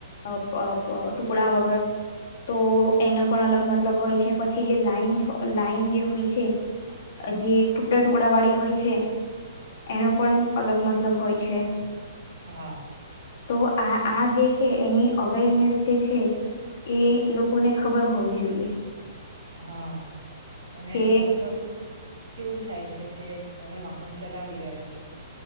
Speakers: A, on the left; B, on the right.
A: અહ પ પ ટુકડા વગર તો એનો પણ અલગ મતલબ હોય છે પછી જે લાઈન છો લાઈન જે હોય છે જે ટુકડા ટુકડા વાળી હોય છે એનો પન અલગ મત લબ હોય છે.
B: હા
A: તો આ આ જે છે એની અવેરનેસ જે છે એ લોકોને ખબર હોવી જોઈએ
B: હા અને
A: કે
B: અમુક વાર તો કેવું થાય છે કે તમે વાહન ચલાવી રહ્યા છો